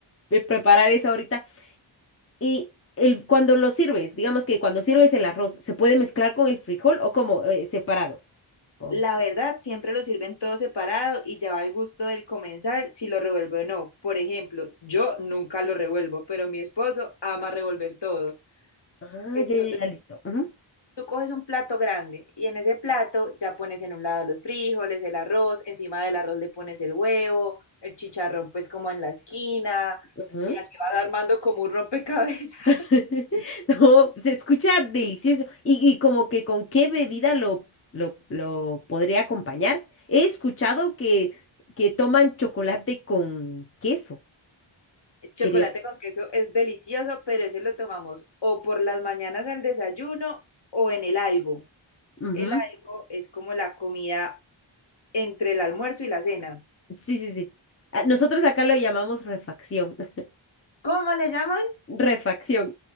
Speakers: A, on the left; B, on the left.
A: eh, preparar esa ahorita. Y el, cuando lo sirves, digamos que cuando sirves el arroz, ¿se puede mezclar con el frijol o como eh, separado? Oh.
B: La verdad, siempre lo sirven todo separado y ya va al gusto del comensal si lo revuelve o no. Por ejemplo, yo nunca lo revuelvo, pero mi esposo ama revolver todo.
A: Ah,
B: Entonces
A: ya, ya, ya, listo. Ujú,
B: Tú coges un plato grande y en ese plato ya pones en un lado los frijoles, el arroz, encima del arroz le pones el huevo, el chicharrón pues como en la esquina
A: ujú.
B: y así vas armando como un rompecabezas.
A: <laughs>
B: <laughs>
A: No, se escucha delicioso. Y, y como que con qué bebida lo, lo, lo podría acompañar. He escuchado que, que toman chocolate con queso.
B: El chocolate
A: Quería.
B: con queso es delicioso, pero ese lo tomamos o por las mañanas al desayuno o en el algo.
A: Ujú.
B: El algo es como la comida entre el almuerzo y la cena.
A: Sí, sí, sí. Ah, Nosotros acá lo llamamos refacción. <laughs>
B: ¿Cómo le llaman?
A: Refacción.